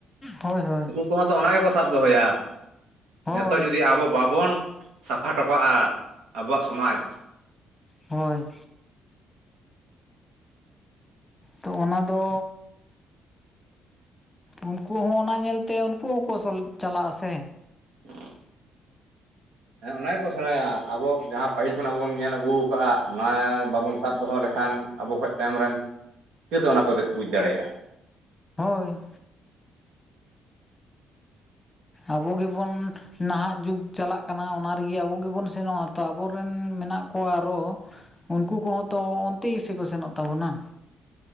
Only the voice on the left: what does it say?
ᱦᱳᱭ ᱦᱳᱭ
ᱦᱳᱭ
ᱦᱳᱭ ᱛᱚ ᱚᱱᱟ ᱫᱚ ᱩᱱᱠᱩ ᱦᱚᱸ ᱚᱱᱟ ᱧᱮᱞᱛᱮ ᱩᱱᱠᱩ ᱦᱚᱸᱠᱚ ᱪᱟᱞᱟᱜᱼᱟ ᱥᱮ
ᱦᱳᱭ ᱟᱵᱚ ᱜᱮᱵᱚᱱ ᱱᱟᱦᱟᱜ ᱡᱩᱜᱽ ᱪᱟᱞᱟᱜ ᱠᱟᱱᱟ ᱚᱱᱟ ᱨᱮᱜᱮ ᱟᱵᱚ ᱜᱮᱵᱚᱱ ᱥᱮᱱᱚᱜᱼᱟ ᱛᱚ ᱟᱵᱚᱨ ᱨᱮᱱ ᱢᱮᱱᱟᱜ ᱠᱚᱣᱟ ᱟᱨᱚ ᱩᱱᱠᱩ ᱠᱚᱦᱚᱸ ᱛᱚ ᱚᱱᱛᱮ ᱜᱮᱥᱤᱠᱚ ᱥᱮᱱᱚᱜ ᱛᱟᱵᱚᱱᱟ